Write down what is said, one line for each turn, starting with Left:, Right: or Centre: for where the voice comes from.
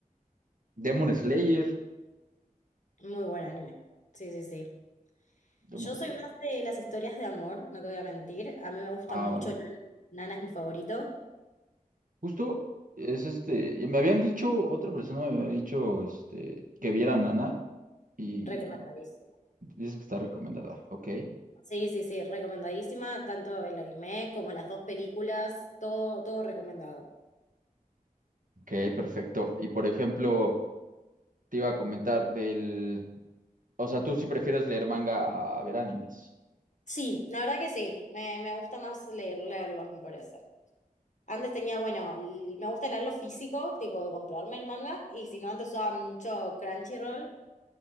Right: Demon Slayer.
Left: muy buen anime. Sí, sí, sí.
Right: Demon
Left: Yo soy
Right: Slayer.
Left: más de las historias de amor, no te voy a mentir. A mí me gusta
Right: Ah,
Left: mucho
Right: vale.
Left: Nana. Nana es mi favorito.
Right: Justo es este, y me habían dicho, otra persona me había dicho este, que viera Nana y
Left: Recomendadísima.
Right: dices que está recomendada. Ok,
Left: Sí, sí, sí, recomendadísima. Tanto el anime como las dos películas, todo, todo recomendado.
Right: ok, perfecto. Y por ejemplo, te iba a comentar del, o sea, tú sí prefieres leer manga a ver animes.
Left: Sí, la verdad que sí. Me, me gusta más leer, leerlos, me parece. Antes tenía, bueno, l- me gusta leerlo físico, tipo comprarme el manga, y si no, antes usaba mucho Crunchyroll